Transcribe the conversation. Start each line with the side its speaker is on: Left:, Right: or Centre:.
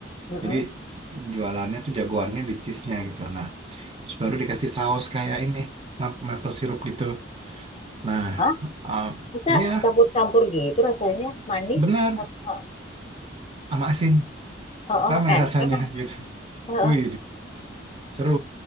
Left: mm-mm.
Right: jadi jualannya tuh jagoannya di cheese-nya gitu nah terus baru dikasih saus kayak ini ma- maple syrup gitu nah
Left: hah?
Right: em,
Left: Bisa
Right: iya
Left: campur-campur gitu rasanya, manis
Right: benar
Left: sama, oh,
Right: sama asin
Left: oh,
Right: ramai
Left: enak
Right: rasanya
Left: emang.
Right: gitu
Left: Heeh.
Right: wih seru